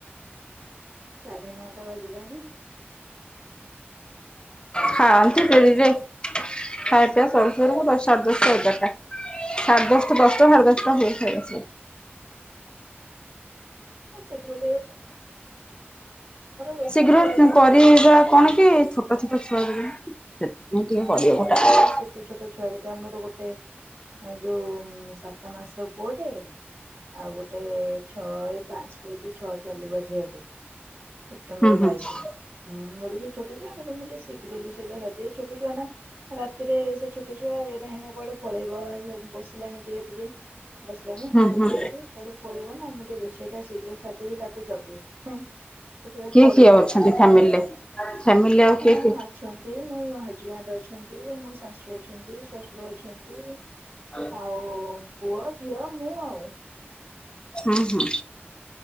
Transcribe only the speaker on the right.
ସାଢେ ନଅଟା ବାଜିଲାଣି ଆଉ।
ଆଉ
ଅ ସେଥିରେ ରୋଷେଇ
ସରିଲାଣି
ଯେ
ହୁଁ
ମୋର ବି
ସେଇ ଛୋଟ ଛୋଟ ଛୁଆ ଦିଟା ଆମର ଗୋଟେ ଏ ଯୋଉ ସାତ ମାସର ପୁଅଟେ ଆଉ ଗୋଟେ ଛଅ ଏଇ ପାଞ୍ଚ ପୁରିକି ଛଅ ଚାଲିବ ଝିଅଟେ। ସେପ୍ଟେମ୍ବର
ବାଇଶ ରେ ଉଁ ମୋର ଯୋଉ ଛୋଟ ଛୁଆ ମୁଁ ଟିକେ ଶୀଘ୍ର ରୋଷେଇ ଟା ସାରିଦିଏ। କେତେ ଜଣ ରାତିରେ ସେ ଛୋଟ ଛୁଆ ଏଡେ ହେଣ କୁଆଡେ ପଳେଇବ ଅ ବସିଲାଣି ଧୀରେ ଧୀରେ ବସିଲାଣି ହାବୁଡେଇଲାଣି
କୁଆଡେ ପଳେଇବ ନା ମୁଁ ତ ରୋଷେଇ ଟା ଶୀଘ୍ର ସାରି ଦେଇକି ତାକୁ ଜଗେ। ଛୋଟ
ପଡି
ଯାଉଛି
ବି।
ହଁ
ଅଛନ୍ତି ମୋର ହଜବାଣ୍ଡ ଅଛନ୍ତି ମୋ ଶାଶୁ ଅଛନ୍ତି ଶଶୁର ଅଛନ୍ତି
ଆଉ ପୁଅ ଝିଅ ମୁଁ ଆଉ।